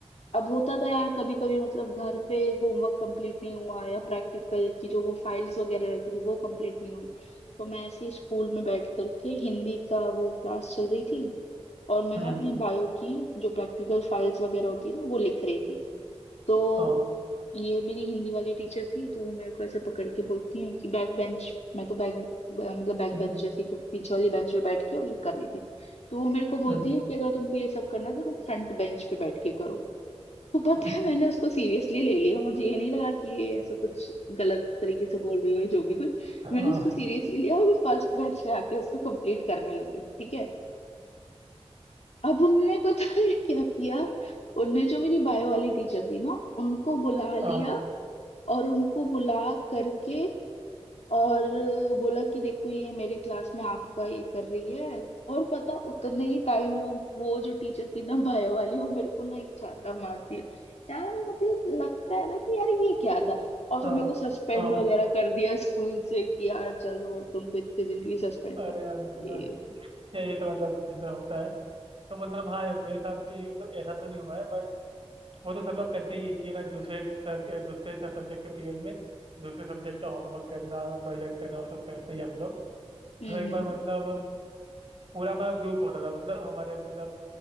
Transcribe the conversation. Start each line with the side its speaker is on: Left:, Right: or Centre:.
Left: अब होता था यार कभी कभी मतलब घर पे होमवर्क कंप्लीट नहीं हुआ या प्रैक्टिकल की जो वो फाइल्स वगैरह रहती थी वो कंप्लीट नहीं हुई तो मैं ऐसे ही स्कूल में बैठ करके हिंदी का वो क्लास चल रही थी और मैं
Right: हम्म
Left: ना अपनी बायो की जो प्रैक्टिकल फाइल्स वगैरह होती है ना वो लिख रही थी तो
Right: हाँ
Left: ये मेरी हिंदी वाली टीचर थी तो वो मेरे को ऐसे पकड़ के बोलती हैं कि बैक बेंच मैं तो बैक मतलब बैक
Right: हम्म
Left: बेंच जैसी तो पीछे वाली बेंच पे बैठ के वो ये कर रही थी तो वो मेरे को बोलती
Right: हम्म,
Left: है कि अगर तुमको ये सब करना है तो तुम फ्रंट बेंच पे बैठ के करो तो पता
Right: <laughs>
Left: है मैंने उसको सीरियसली ले लिया मुझे ये नहीं लगा कि ये ऐसा कुछ गलत तरीके से बोल रही है जो भी कुछ
Right: हाँ
Left: मैंने उसको सीरियसली लिया और फर्स्ट बेंच पे आके उसको कंप्लीट करने लगे ठीक है अब उनने पता है क्या किया उनने जो मेरी बायो वाली टीचर थी ना उनको बुला
Right: हाँ
Left: लिया और उनको बुला करके और बोला कि देखो ये मेरे क्लास में आपका ये कर रही है और पता उतने ही टाइम वो वो जो टीचर थी ना बायो वाली वो मेरे को ना एक चांटा मार दिया यार मतलब लगता है ना कि यार ये क्या था और फिर
Right: हाँ
Left: मेरे को सस्पेंड
Right: हाँ
Left: वगैरह कर दिया स्कूल से कि यार चलो तुमको इतने दिन के लिए सस्पेंड
Right: अरे
Left: करते
Right: यार मतलब
Left: हैं ये
Right: यार ये तो मतलब ऐसा होता है तो मतलब हाँ यार मेरे साथ भी मतलब ऐसा तो नहीं हुआ है बट वो तो सब लोग करते ही है कि ना दूसरे सर दूसरे सब्जेक्ट के पीरियड में दूसरे सब्जेक्ट का होमवर्क करना प्रोजेक्ट करना वो सब करते ही हम लोग
Left: हम्म
Right: तो एक बार मतलब पूरा हमारा ग्रुप होता था मतलब हमारे मतलब